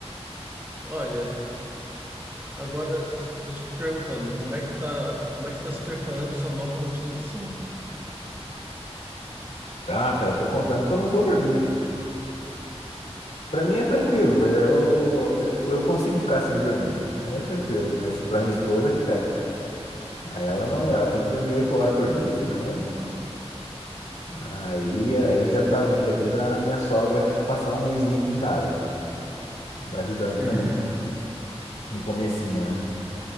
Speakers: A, on the right (about 20°); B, on the left (about 85°).
A: Olha, agora estou te perguntando, como é que tá, como é que está se preparando para sua nova rotina de sono?
B: Tá, cara, eu tô contando que eu não vou dormir, velho. Pra mim é tranquilo, eu, eu, eu consigo ficar sem dormir. Pra mim é tranquilo, mas pra minha esposa que pega. Aí Ela não, ela tem que dormir oito horas por dia, senão aí, aí a gente já tá vendo aqui da minha sogra passar um mesinho aqui em casa, ajudando com
A: Uhum.
B: o neném, no comecinho, né?